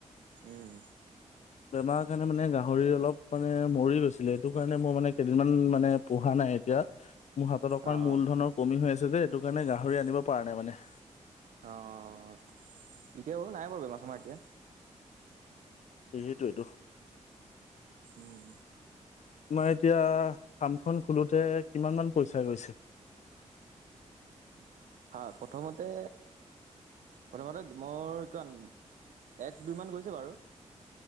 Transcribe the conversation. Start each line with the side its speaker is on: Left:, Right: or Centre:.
Right: উম।
Left: বেমাৰ কাৰণে মানে গাহৰি অলপ মানে মৰি গৈছিলে এইটো কাৰণে মই মানে কেইদিনমান মানে পোহা নাই। এতিয়া মোৰ হাতত অকমান
Right: অ
Left: মূল
Right: অ
Left: ধনৰ কমি হৈ আছে যে এইটো কাৰণে গাহৰি আনিব পৰা নাই মানে।
Right: অহ এতিয়া বাৰু নাই বাৰু বেমা চেমাৰ এতিয়া।
Left: সেইটোৱেইতো।
Right: উম।
Left: তোমাৰ এতিয়া ফাৰ্মখন খোলোতে কিমান মান পইচা গৈছে। <unintelligible>
Right: হয় প্ৰথমতে। প্ৰথমতে মোৰ কিমান এক দুই মান গৈছে বাৰু।